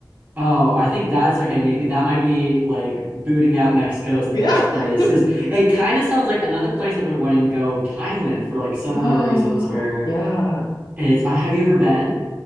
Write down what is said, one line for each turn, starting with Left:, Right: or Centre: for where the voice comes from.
Right: Oh, I think that's okay. Maybe that might be like booting out Mexico as the
Left: Yeah.
Right: next
Left: <gasps>
Right: place because it kind of sounds like another place I've been wanting to go of Thailand for like similar
Left: Oh,
Right: reasons. Where
Left: yeah.
Right: it's uh, have you ever been?